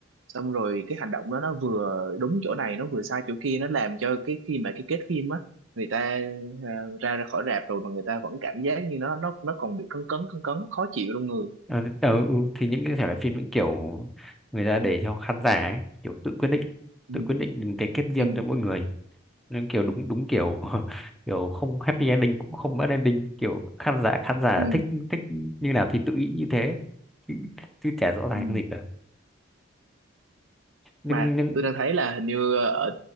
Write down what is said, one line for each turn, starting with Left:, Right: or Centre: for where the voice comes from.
Right: xong rồi cái hành động đó nó vừa đúng chỗ này nó vừa sai chỗ kia nó làm cho cái khi mà cái kết phim á người ta ờ, ra ra khỏi rạp rồi mà người ta vẫn cảm giác như nó nó nó còn bị cấn cấn cấn cấn khó chịu trong người
Centre: Ờ, ờ, ừ, thì những cái thể loại phim những kiểu người ta để cho khán giả ấy, kiểu tự quyết định
Right: ừ
Centre: tự quyết định cái kết riêng
Right: ừ
Centre: cho mỗi người nên kiểu đúng đúng kiểu <laughs> kiểu không happy ending cũng không bad ending kiểu khán giả khán giả
Right: ừ
Centre: thích thích như nào thì tự nghĩ như thế chứ, chứ chả rõ ràng
Right: ừ.
Centre: cái gì cả nhưng
Right: mà
Centre: nhưng
Right: tôi đang thấy là hình như ờ, ở